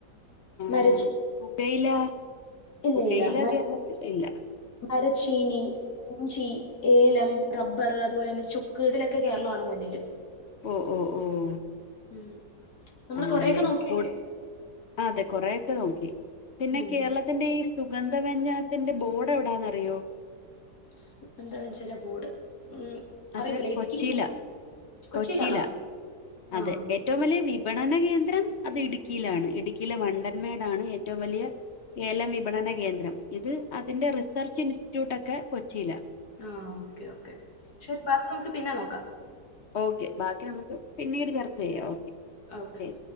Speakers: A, on the left; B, on the left.
A: ആഹ് ആഹ്
B: മരച്ചി
A: പുകയില
B: ഇല്ല
A: പുകയില
B: ഇല്ല
A: കേരളത്തിൽ ഇല്ല
B: മരച്ചീനി ഇഞ്ചി, ഏലം, റബ്ബർ അതുപോലെ തന്നെ ചുക്ക് ഇതിലൊക്കെ കേരളമാണ് മുന്നില്
A: ഓഹ് ഓഹ് ഓഹ്
B: ഉം നമ്മള്
A: ആണല്ലേ
B: കൊറെയൊക്കെ നോക്കിയല്ലേ
A: കൂട് അതെ കൊറേയൊക്കെ നോക്കി പിന്നെ
B: ഉം
A: കേരള ത്തിന്റെ ഈ സുഗന്ധ വ്യഞ്ജനത്തിന്റെ ബോർഡ് എവിടാന്നറിയോ?
B: സുഗന്ധവ്യഞ്ജചന ബോർഡ് ഉം
A: അത്
B: അറിയത്തില്ല ഇടുക്കിയിലാണോ
A: കൊച്ചിയില
B: കൊച്ചിയിലാണോ
A: കൊച്ചിയില അതെ
B: ആഹ്
A: എ ഏറ്റവും വലിയ വിപണന കേന്ദ്രം അത് ഇടുക്കിയിലാണ് ഇടുക്കിയിലെ വണ്ടൻമേടാണ് ഏ ഏറ്റവും വലിയ ഏലം വിപണന കേന്ദ്രം ഇത് അതിന്റെ റിസർച്ച് ഇൻസ്റ്റിറ്റ്യൂട്ടൊക്കെ കൊച്ചിയില
B: ആഹ് ഓക്കേ ഓക്കെ ശരി ബാക്കി നമുക്ക് പിന്നെ നോക്കാം
A: ഓക്കെ ബാക്കി നമുക്ക് പിന്നീട് ചർച്ച ചെയ്യാം ഓക്കെ
B: ഓക്കെ
A: ശരി